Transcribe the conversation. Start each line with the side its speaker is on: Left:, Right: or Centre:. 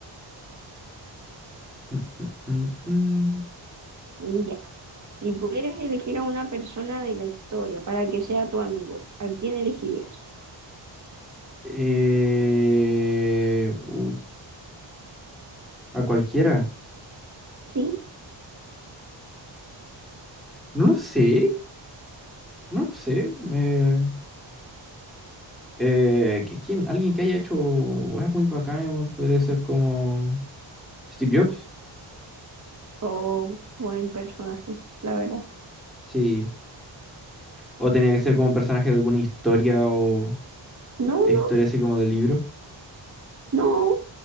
Centre: Mm, mm, mm, mm.
Right: Ya. Si pudieras elegir a una persona de la historia para que sea tu amigo, ¿a quién elegirías?
Centre: Eh, uh, a cualquiera.
Right: ¿Sí?
Centre: No lo sé. No sé, me... eh, que quién, alguien que haya hecho weas muy bacanas, weón, podría ser como Steve Jobs,
Right: ¿O buen personaje? La verdad.
Centre: sí. O tenía que ser como un personaje de alguna historia o
Right: No,
Centre: historia
Right: no,
Centre: así como de libro.
Right: no.